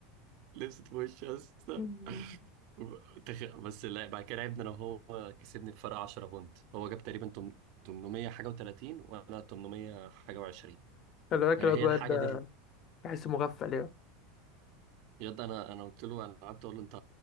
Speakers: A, on the right; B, on the left.
A: لبست في وشه يا اسطى
B: <laughs>
A: و- تخ... بس لا بعد كده لعبنا انا وهو كسبني بفرق 10 بونت هو جاب تقريبا تم- 800 حاجه و30 وانا 800 حاجه و20
B: خلي بالك
A: هي
B: الواد
A: هي
B: وائل
A: الحاجه
B: ده
A: دي
B: بحسه مغفل يعني
A: يا ده انا انا قلت له انا قعدت اقول له انت